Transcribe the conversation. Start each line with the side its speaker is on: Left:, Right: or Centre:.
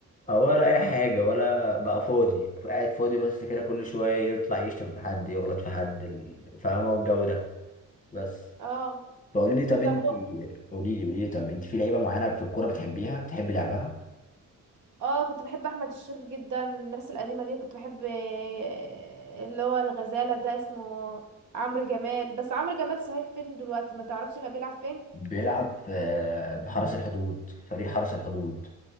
Left: آه، ولا اي حاجة ولا بقى فاضي قاعد فاضي بس كده كل شوية يطلع يشتم في حد يغلط في حد ال- فاهمة الجو ده بس
Right: اه
Left: فقولي لي طب انت
Right: طب هو-
Left: قولي لي قولي لي طب انت في لعيبة معينة في الكورة بتحبيها بتحبي لعبها
Right: اه كنت بحب احمد الشيخ جدا الناس القديمه دي كنت بحب آه، اللي هو الغزاله ده اسمه عمرو جمال بس عمرو جمال صحيح فين دلوقتي ما تعرفش بقى بيلعب فين
Left: بيلعب في آه، في حرس الحدود فريق حرس الحدود